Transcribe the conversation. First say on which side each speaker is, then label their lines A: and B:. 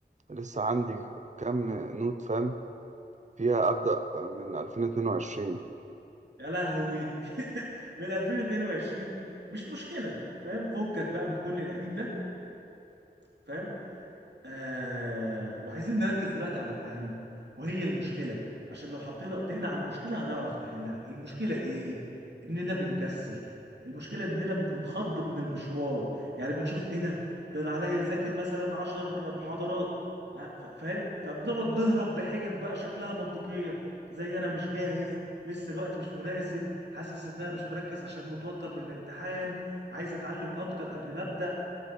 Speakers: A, on the right (about 40°); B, on the right (about 75°).
A: لسه عندي كم نوت فاهم فيها أبدأ من 2022
B: يا لهوي <laughs> من 2022 مش مشكله فاهم فكك بقى من كل القديم ده فاهم آه وعايزين نركز دلوقتي على الأهم وهي المشكلة عشان لو حطينا ايدينا على المشكلة هنعرف نحلها المشكلة ايه؟ اننا بنكسل المشكلة اننا بنتخض من المشوار يعني بنشوف ايه ده؟ ده انا عليا اذاكر مثلا 10 محاضرات آه، ف- فاهم؟ فبنقعد نهرب بحجج بقى شكلها منطقية زي انا مش جاهز لسه الوقت مش مناسب حاسس ان انا مش مركز عشان متوتر من الامتحان عايز اتعلم اكتر قبل ما ابدا